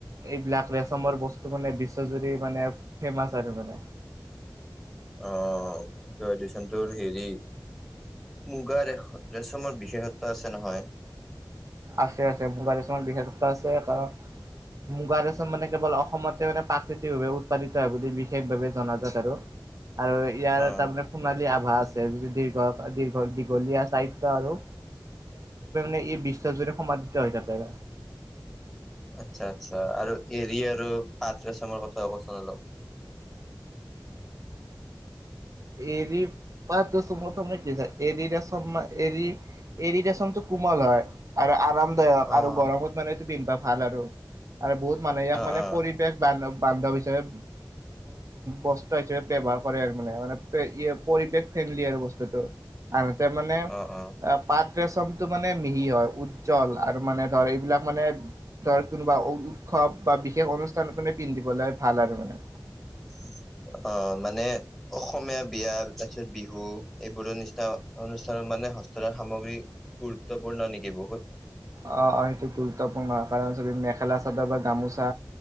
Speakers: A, on the right (about 45°); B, in the centre.
A: এইবিলাক ৰেচমৰ বস্তু মানে বিশ্বজুৰি মানে ফেমাচ আৰু মানে
B: অ', সেইটো এডিশনটোৰ হেৰি মুগা ৰেচমৰ বিশেষত্ব আছে নহয়
A: আছে আছে মুগা ৰেচমৰ বিশেষত্ব আছে কাৰণ মুগা ৰেচম মানে কেৱল অসমতে মানে প্ৰাকৃতিকভাৱে উৎপাদিত হয় বুলি বিশেষভাৱে জনাজাত আৰু আৰু ইয়াৰ
B: অ',
A: এটা মানে সোণালী আভ ভাস আছে, দীৰ্ঘ দীৰ্ঘ দীঘলীয়া স্থায়িত্ব আৰু, <unintelligible> এই বিশ শ্ব' জুৰি সমাদিত হৈ থাকে
B: আচ্ছা, আচ্ছা, আৰু এৰি আৰু পাতৰেচমৰ কথা কোৱাচোন অলপ। <inaudible>
A: এৰ প কি এৰিচ এৰ এৰি দচটো <unintelligible> কোমল হয় আৰু আৰামদায়ক
B: অ',
A: আৰু গৰমত মানেটো পিন্ধবা ভাল আৰু আৰু বহুত মানুহে ইয়াক
B: অ',
A: মানে
B: অ',
A: পৰিৱেশ বান্ধ। বান্ধৱ হিচাপে বস্ত্ৰ হিচাপে ব্যৱহাৰ কৰে আৰু মানে মানে, পৰিৱেশ ফ্ৰেণ্ডলি আৰু বস্তুটো আনহাতে মানে
B: অ', অ'।
A: পাত, মানে মিহি হয় উজ্জ্বল আৰু মানে ধৰ এইবিলাক মানে ধৰ কোনোবা উৎস বা বিশেষ অনুষ্ঠান মানে পিন্ধিবলৈ ভাল আৰু মানে।
B: <inaudible> অ মানে অসমীয়া বিয়া তাৰপিছত বিহু এইবোৰো নিচিনা অনুষ্ঠান মানে হস্তৰে সামগ্ৰী গুৰুত্বপূৰ্ণ নেকি বহুত?
A: অ অ সেইটো গুৰুত্বপূৰ্ণ কাৰণ চ মেখেলা চাদৰ বা গামোচা,